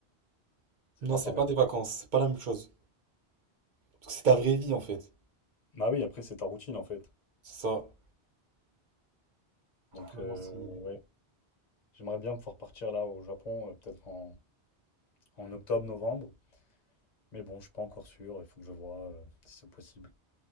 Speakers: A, on the left; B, on the right.
A: C'est
B: non,
A: pas
B: c'est
A: pareil.
B: pas des vacances, c'est pas la même chose, parce que c'est ta vraie vie en fait,
A: Bah oui, après, c'est ta routine en fait.
B: c'est ça.
A: Donc,
B: Maintenant
A: euh,
B: c'est.
A: ouais, j'aimerais bien pouvoir partir là au Japon, euh, peut-être en, en octobre, novembre. Mais bon, je suis pas encore sûr. Il faut que je vois euh, si c'est possible.